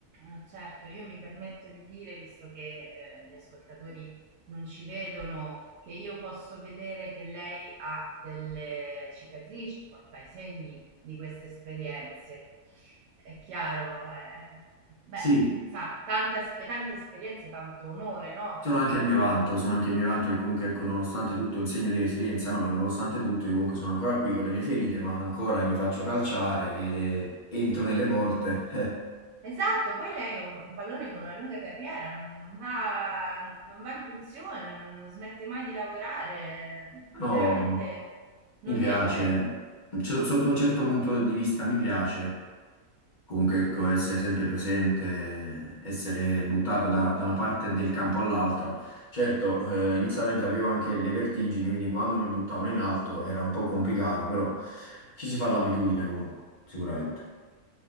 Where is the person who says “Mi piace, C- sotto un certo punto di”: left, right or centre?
Left